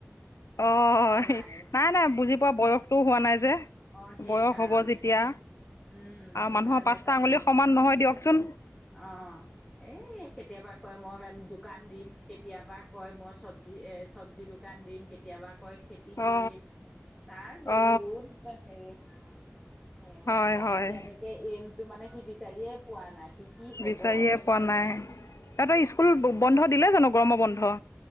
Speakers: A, on the left (about 85°); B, in the centre.
A: অ',
B: সলাই
A: সেই নাই নাই বুজি পোৱা বয়সটোও হোৱা নাই যে
B: অ সেইকাৰণে
A: বয়স হ'ব যেতিয়া
B: উম সেইকাৰণে
A: মানুহৰ পাঁচটা
B: চাগৈ
A: আঙুলি সমান নহয় দিয়কচোন
B: অ', এই কেতিয়াবা কয় মই দোকান দিম কেতিয়াবা কয় মই চব্জি এ চব্জি দো দোকান দিম কেতিয়াবা কয় খেতি
A: অ
B: কৰিম তাৰ বহুত
A: অ
B: হেৰি সেয়া
A: হয়
B: তাৰ
A: হয়
B: এতিয়ালৈকে এইমটো মানে সি বিচাৰিয়ে পোৱা নাই সি কি হব।
A: বিচাৰিয়ে পোৱা নাই তহঁতৰ স্কুল
B: সেয়া
A: বন্ধ দিলে জানো গৰমৰ বন্ধ